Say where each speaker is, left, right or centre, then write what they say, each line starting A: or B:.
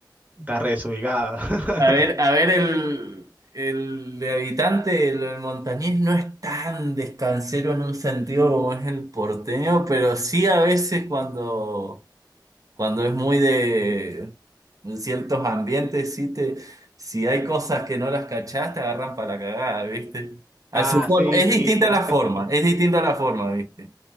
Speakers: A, on the right; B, on the right.
A: estás re desubicado. <laughs>
B: a ver, a ver, el, el habitante, el, el montañés no es tan descansero en un sentido como es el porteño, pero sí a veces cuando, cuando es muy de ciertos ambientes, sí te, si hay cosas que no las cachás, te agarran para la cagada, ¿viste? A
A: Ah,
B: su for-
A: sí,
B: es distinta
A: sí, pero
B: la forma, es distinta la forma, ¿viste?